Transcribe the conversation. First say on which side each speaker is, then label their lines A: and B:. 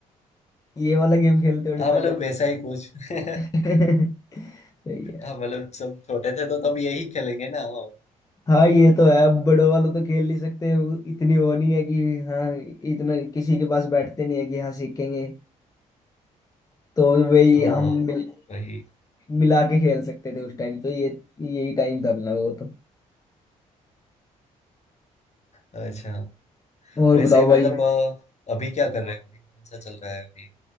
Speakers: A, on the left; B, on the left.
A: ये वाला गेम खेलते होंगे
B: हाँ,
A: पहले
B: मतलब
A: तो
B: वैसा ही कुछ <laughs>
A: <laughs> सही है
B: हाँ मतलब सब छोटे थे तो तब यही खेलेंगे ना हाँ
A: हाँ ये तो है अब बड़ों वालों तो खेल नहीं सकते वो इतनी वो नहीं है कि हाँ इतना किसी के पास बैठते नहीं है कि हाँ सीखेंगे तो वही
B: हाँ,
A: हम मिल,
B: वही
A: मिला के खेल सकते थे उस टाइम तो ये यही टाइम था अपना वो तो
B: अच्छा
A: और
B: वैसे
A: बताओ
B: मतलब
A: भाई
B: अ, अभी क्या कर रहे हो अभी कौन सा चल रहा है अभी